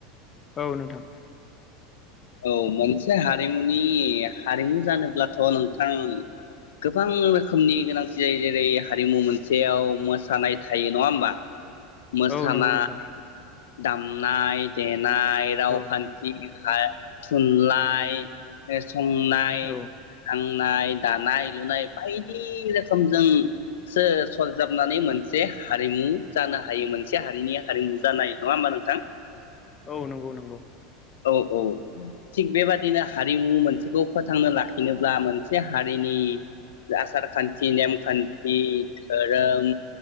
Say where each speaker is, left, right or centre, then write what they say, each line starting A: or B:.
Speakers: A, on the left; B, on the left.
A: औ नोंथां
B: औ। मोनसे हारिमुनि हारिमु जानोब्लाथ नोंथां गोबां रोखोमनि गोनांथि जायो। जेरै हारिमु मोनसेयाव मोसानाय थायो नङा होमबा? मोसानाय
A: औ नंगौ नोंथां
B: दामनाय दे नाय रावखान्थि
A: औ
B: बिखा थुनलाइ <unintelligible> संनाय
A: औ
B: खांनाय, दानाय नाय बाहदि समजोंसो सरजाबनानै मोन से हारिमु जानो हायो मोनसे हा रिनि हारिमु जानाय नङा होमबा नोंथां?
A: औ नंगौ नंगौ
B: औ औ थिग बेबादिनो हारिमु मोनसेखौ फोथांनो लाखिनोब्ला मोनसे हारिनि आसार खान्थि नेमखान्थि धोरोम